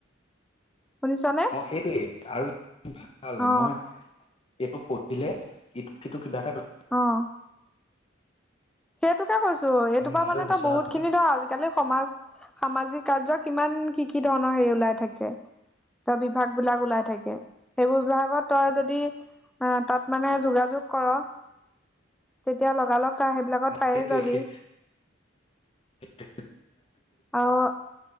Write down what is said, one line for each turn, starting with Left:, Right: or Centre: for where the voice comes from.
Centre: শুনিছনে?
Left: অ সেইটোৱেই আৰু ভাল
Centre: অ
Left: মই এইটো পঢ়িলে ইটো সিটো কিবা এটা
Centre: অহ। সেইটোকে কৈছো এইটোপা
Left: মনটোৱে
Centre: মানে
Left: বিচৰা
Centre: তই বহুত
Left: ধৰণৰ
Centre: খিনি ধৰ আজিকালি সমাজ সামাজিক কাৰ্য কিমান কি কি ধৰণৰ হেৰি ওলাই থাকে ত বিভাগ বিলাক ওলাই থাকে সেইবোৰ বিভাগত তই যদি অ তাত মানে যোগাযোগ কৰ তেতিয়া লগালগ তাৰ সেইবিলাকত
Left: সেইটোৱে
Centre: পায়ে যাবি।
Left: সেইটো
Centre: আহ